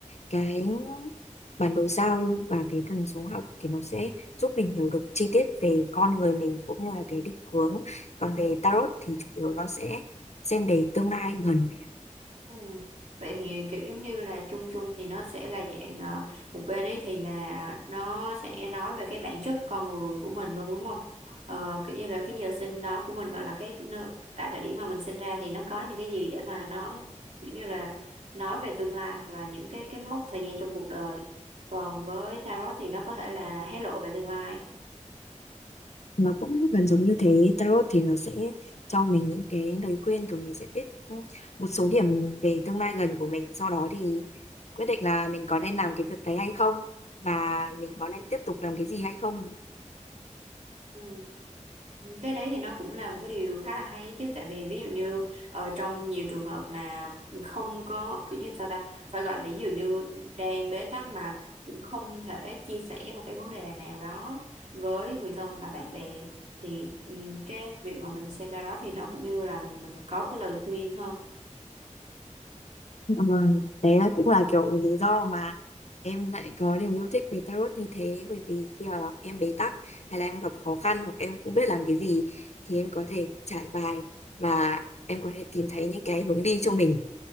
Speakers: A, on the left; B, on the right.
A: cái bản đồ sao và cái thần số học thì nó sẽ giúp mình hiểu được chi tiết về con người mình cũng như là cái định hướng. Còn về tarot thì chủ yếu nó sẽ xem về tương lai gần.
B: Ừ. Vậy thì kiểu giống như là chung chung thì nó sẽ là dạng ờ, một bên ấy thì là nó sẽ nói về cái bản chất con người của mình luôn đúng không? Ờ, kiểu như là cái giờ sinh đó của mình hoặc là cái, cái nơi, tại thời điểm mà mình sinh ra thì nó có những cái gì để mà nó kiểu như là nói về tương lai hoặc là những cái cái mốc thời gian trong cuộc đời. Còn với tarot thì nó có thể là hé lộ về tương lai.
A: nó cũng gần giống như thế tarot thì nó sẽ cho mình những cái lời khuyên rồi mình sẽ biết ừ, một số điểm về tương lai gần của mình sau đó thì quyết định là mình có nên làm cái việc đấy hay không và mình có nên tiếp tục làm cái gì hay không
B: Ừ. Cái đấy thì nó cũng là một cái điều khá là hay ấy chứ tại vì ví dụ như ờ, trong nhiều trường hợp mà không có kiểu như sao ta phải gọi là ví dụ như đang bế tắc mà cũng không thể chia sẻ một cái vấn đề nào đó với người thân hoặc là bạn bè thì ừ, cái việc mà mình xem ra đó thì nó cũng như là mình có cái lời khuyên hơn
A: ừ, đấy là cũng là kiểu lý do mà em lại có niềm yêu thích về tarot như thế bởi vì khi mà em bế tắc hay là em gặp khó khăn hoặc em không biết làm cái gì thì em có thể trải bài và em có thể tìm thấy những cái hướng đi cho mình